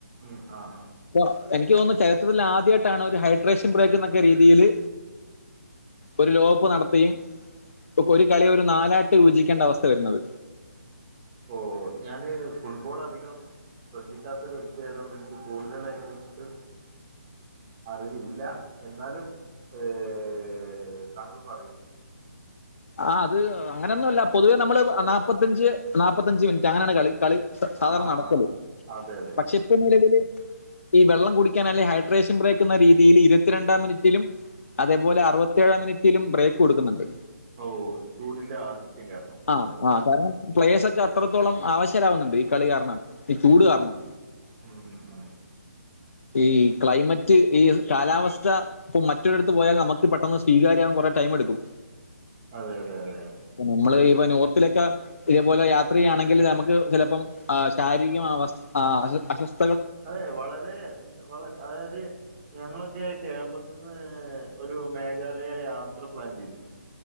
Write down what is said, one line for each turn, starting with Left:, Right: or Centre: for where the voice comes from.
Right: മ് ആഹ്
Left: ഉവ്വ എനിക്ക് തോന്നു ചരിത്രത്തില് ആദ്യയിട്ടാണ് ഒരു ഹൈഡ്രേഷൻ ബ്രേക്ക് ന്നൊക്കെ രീതില് ഒരു ലോപ്പ് നടത്തിയും ഒരു കളി ഒരു നാലാട്ട് വിപചിക്കേണ്ട അവസ്ഥ വരുന്നത്.
Right: ഓഹ് ഞാന് ഫുട്ബോള് അധികം ശ്രദ്ധിക്കാത്ത ഒരു വ്യക്തിയതുകൊണ്ട് ഇനിക്ക് കൂടുതലൈനെ കുറിച്ചിട്ട് അറിവില്ല. എന്നാലും ഏഹ് താങ്കൾ പറയൂ.
Left: ആഹ് അത് അങ്ങനൊന്നുല്ല പൊതുവേ നമ്മള് ആ നാപ്പത്തഞ്ച് നാപ്പത്തഞ്ച് മിനിറ്റ് അങ്ങനാണ് കളി. കളി സാധാരണ
Right: ആ ആ
Left: നടത്തല്
Right: ആ അതെ അതെ
Left: പക്ഷെ ഇപ്പൊ നിലവില് ഈ വെള്ളം കുടിക്കാൻ അല്ലെ ഹൈഡ്രേഷൻ ബ്രേക്ക്ന്ന രീതിയില് ഇരുപത്തി രണ്ടാം മിനിറ്റിലും അതേപോലെ അറുപത്തേഴ മിനിറ്റിലും ബ്രേക്ക് കൊടുക്ക് ന്ന്ണ്ട്.
Right: ഓഹ് ചൂടിന്റെ ആധിത്യം കാരണം. ഓ
Left: ആഹ്
Right: ഓ
Left: ആ കാരണം പ്ലേയേസ് ഒക്കെ അത്രത്തോളം ആവശ്യരാവുന്നുണ്ട്. ഈ കളി കാരണം ഈ ചൂട് കാരണം.
Right: ഉം മ് മ്.
Left: ഈ ക്ലൈമറ്റ് ഈ കാലാവസ്ഥാ ഇപ്പൊ മറ്റൊരിടത്ത് പോയാൽ നമക്ക് പെട്ടന്ന് സ്വീകാര്യാകാൻ കൊറേടൈം എട്ക്കും.
Right: അതെ തേ തേ തേ.
Left: നമ്മള് ഇപ നോർത്തിലൊക്കെ ഇതേപോലെ യാത്രയാണെങ്കില് നമുക്ക് ചെലപ്പം ആ ശാരീരികം അവസ്ഥ ആ അസ്വ അസ്വസ്
Right: അതേ വളരെ വളെ അതായത് ഞങ്ങളൊക്കെ കേരളത്ത്ന്ന് ഒരു മേഘാലയ യാത്ര പ്ലാൻ ചെയ്തിരുന്നു